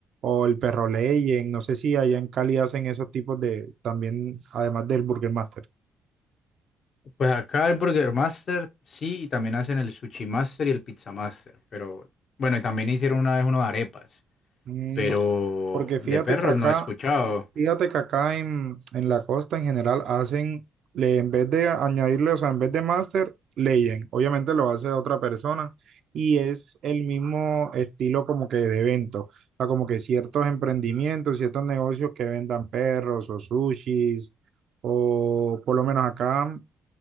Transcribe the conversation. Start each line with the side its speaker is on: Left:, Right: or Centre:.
Right: o el Perro Legend, no sé si allá en Cali hacen esos tipos de, también, además del Burger Master.
Left: Pues acá el Burger Master, sí, y también hacen el Sushi Master y el Pizza Master. Pero bueno, y también hicieron una vez uno de arepas.
Right: Mm,
Left: Pero
Right: porque fíjate
Left: de perros
Right: que acá
Left: no he escuchado.
Right: Fíjate que acá en, en la costa en general hacen, le, en vez de añadirle, o sea, en vez de master, leyen. Obviamente lo hace otra persona y es el mismo estilo como que de evento. O sea, como que ciertos emprendimientos, ciertos negocios que vendan perros o sushis o por lo menos acá,